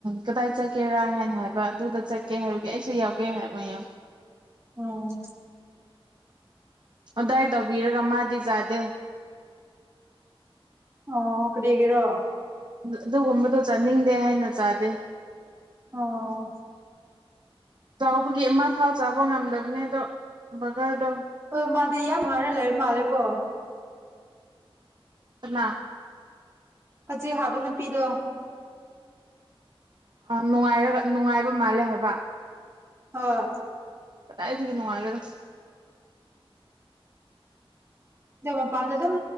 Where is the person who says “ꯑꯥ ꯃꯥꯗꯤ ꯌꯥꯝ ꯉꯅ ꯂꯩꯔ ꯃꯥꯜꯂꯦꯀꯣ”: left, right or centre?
Right